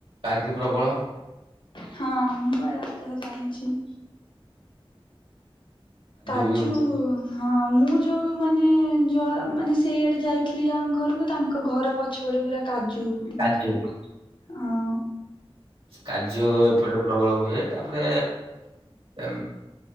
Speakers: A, on the right (about 65°); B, on the left (about 55°).
A: କାଜୁ ପ୍ରବଳ
B: ହଁ ମୁଁ ଯାହା ଜାଣିଛି <inaudible> କାଜୁ
A: ବି ହୁଏ
B: ହଁ ମୁଁ ଯୋଉ ମାନେ ମାନେ ସେଇଆଡେ ଯାଇଥିଲି ଯାହା ଘରକୁ ତାଙ୍କ ଘର ପଛପଟେ ପୁରା କାଜୁ ଏମିତି
A: କାଜୁ
B: ହ
A: କାଜୁ ଏପଟେ ପ୍ରବଳ ହୁଏ। ତାପରେ ଉ